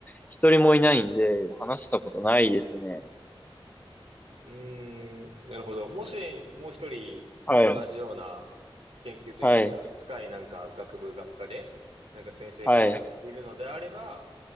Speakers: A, on the left; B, on the right.
A: 一人もいないんで、話したことないですね。
B: うーん、なるほど。もし、もう一人、
A: はい。
B: その同じような研究といいますか、
A: はい。
B: 近いなんか学部、学科で、なんか先生がいるのであれば、
A: はい。